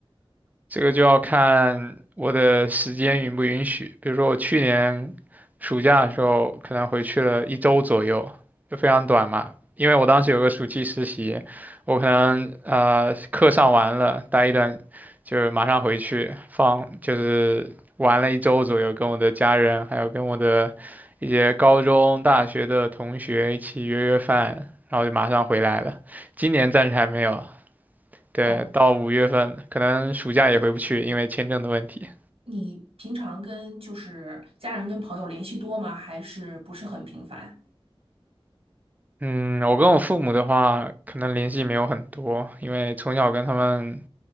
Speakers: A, on the right; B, on the right.
A: 这个就要看我的时间允不允许。比如说我去年暑假的时候，可能回去了一周左右，就非常短嘛。因为我当时有个暑期实习，我可能呃课上完了，待一段就是马上回去放，就是玩了一周左右，跟我的家人还有跟我的一些高中、大学的同学一起约约饭，然后就马上回来了。今年暂时还没有，对，
B: 哦，
A: 到五月份，可能暑假也回不去，因为签证的问题。
B: 你平常跟就是家人跟朋友联系多吗？还是不是很频繁？
A: 嗯，我跟我父母的话，可能联系没有很多，因为从小跟他们